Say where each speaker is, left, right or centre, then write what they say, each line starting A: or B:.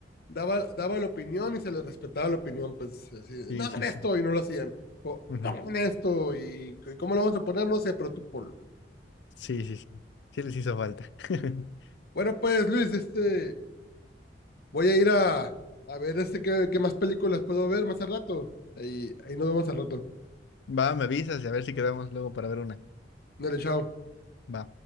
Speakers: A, on the left; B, on the left.
A: daba, daba la opinión y se le respetaba la opinión. Pues así,
B: Sí,
A: no hagan
B: sí,
A: esto
B: sí.
A: y no lo hacían. O
B: Ujú.
A: pongan esto y c- cómo lo vamos a poner, no sé, pero tú ponlo.
B: Sí, sí, sí. Sí les hizo falta. <laughs>
A: Bueno, pues Luis, este, Voy a ir a, a ver este qué, qué más películas puedo ver más al rato. Ahí, ahí nos vemos al rato.
B: Va, me avisas y a ver si quedamos luego para ver una.
A: Dale, chao.
B: Va.